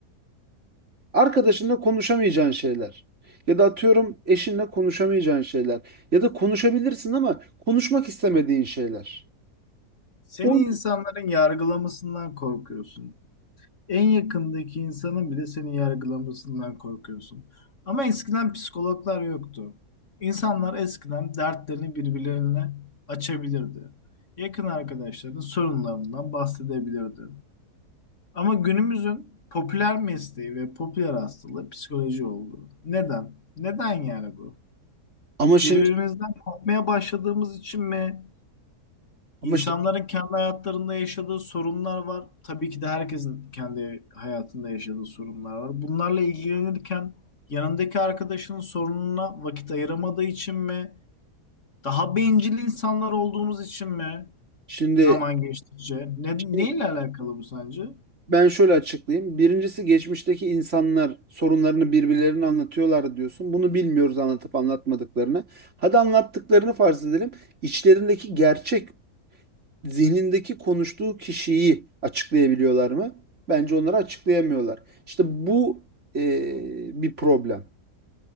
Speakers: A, on the right; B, on the left.
A: Arkadaşınla konuşamayacağın şeyler. Ya da atıyorum eşinle konuşamayacağın şeyler. Ya da konuşabilirsin ama konuşmak istemediğin şeyler.
B: Seni
A: O
B: insanların yargılamasından korkuyorsun. En yakındaki insanın bile seni yargılamasından korkuyorsun. Ama eskiden psikologlar yoktu. İnsanlar eskiden dertlerini birbirlerine açabilirdi. Yakın arkadaşlarının sorunlarından bahsedebilirdi. Ama günümüzün popüler mesleği ve popüler hastalığı psikoloji oldu. Neden? Neden yani bu?
A: ama şimdi
B: Birbirimizden korkmaya başladığımız için mi?
A: ama
B: İnsanların
A: şi-
B: kendi hayatlarında yaşadığı sorunlar var. Tabii ki de herkesin kendi hayatında yaşadığı sorunlar var. Bunlarla ilgilenirken yanındaki arkadaşının sorununa vakit ayıramadığı için mi? Daha bencil insanlar olduğumuz için mi?
A: şimdi,
B: Zaman geçtikçe. Ne,
A: şimdi
B: neyle alakalı bu sence?
A: ben şöyle açıklayayım. Birincisi geçmişteki insanlar sorunlarını birbirlerine anlatıyorlar diyorsun. Bunu bilmiyoruz anlatıp anlatmadıklarını. Hadi anlattıklarını farz edelim. İçlerindeki gerçek zihnindeki konuştuğu kişiyi açıklayabiliyorlar mı? Bence onları açıklayamıyorlar. İşte bu e, bir problem.